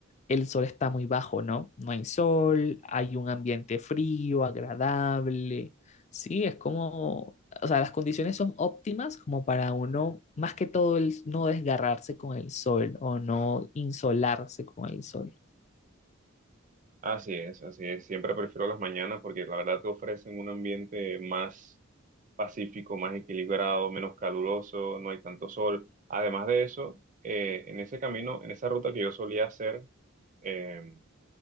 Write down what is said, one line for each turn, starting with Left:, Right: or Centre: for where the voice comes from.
Left: el sol está muy bajo, ¿no? No hay sol, hay un ambiente frío, agradable, sí, es como, o sea, las condiciones son óptimas como para uno, más que todo el no desgarrarse con el sol o no insolarse con el sol.
Right: así es, así es. Siempre prefiero las mañanas porque la verdad te ofrecen un ambiente más pacífico, más equilibrado, menos caluroso, no hay tanto sol. Además de eso, eh, en ese camino, en esa ruta que yo solía hacer, em,